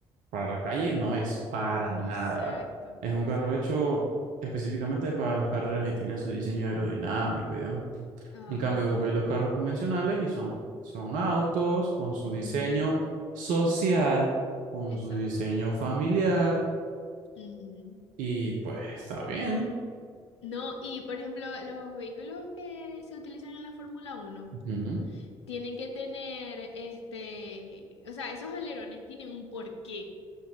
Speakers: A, on the right; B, on the left.
A: para la calle,
B: Ujú.
A: no es para nada.
B: Exacto,
A: Es un carro
B: exacto.
A: hecho específicamente para las carreras y tiene su diseño aerodinámico y demás.
B: Ajá.
A: En cambio, vos veis los carros convencionales y son, son autos con su
B: Ujú.
A: diseño social, con
B: Exacto.
A: su diseño familiar
B: Ujú.
A: y pues está bien.
B: No, y por ejemplo, los vehículos que se utilizan en la Fórmula uno
A: Ujú,
B: tienen que tener, este, o sea, esos alerones tienen un porqué.